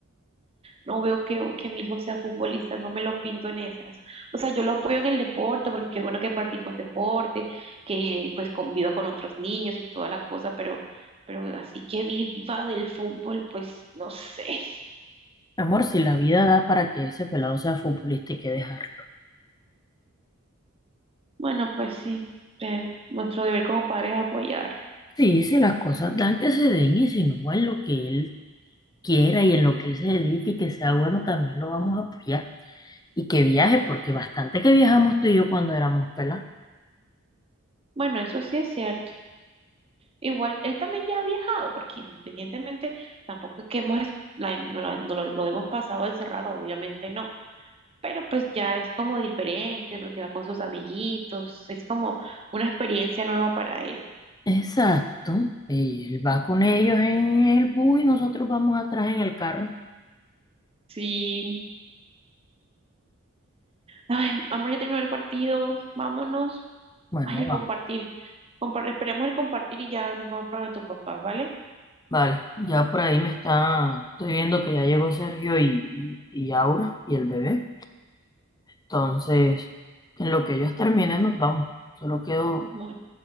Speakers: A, on the right (about 25°); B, on the left (about 20°).
A: no veo que, que mi hijo sea futbolista, no me lo pinto en esas. O sea, yo lo apoyo en el deporte, porque es bueno que practique un deporte, que pues conviva con otros niños y toda la cosa, pero, pero así que viva del fútbol, pues no sé.
B: Amor, si la vida da para que ese pelado sea futbolista, hay que dejarlo.
A: Bueno, pues sí, eh, nuestro deber como padres es apoyarlo.
B: Sí, si las cosas dan que se den y si no, en lo que él quiera y en lo que él se dedique y que sea bueno, también lo vamos a apoyar. Y que viaje, porque bastante que viajamos tú y yo cuando éramos pelados.
A: Bueno, eso sí es cierto. Igual, él también ya ha viajado, porque independientemente, tampoco es que hemos, es- la- no la- no lo, lo hemos pasado encerrado, obviamente no, pero pues ya es como diferente, porque va con sus amiguitos, es como una experiencia nueva para él.
B: Exacto. Él va con ellos en el bus y nosotros vamos atrás en el carro.
A: Sí, ay, amor, ya terminó el partido, vámonos,
B: Bueno,
A: ay, el compartir, Compar- esperemos el compartir y ya nos vamos para donde tus papás, ¿vale?
B: Vale, ya por ahí me está, estoy viendo que ya llegó Sergio y, y, y Aura y el bebé. Entonces, en lo que ellos terminen nos vamos. Solo quedo,
A: Bueno,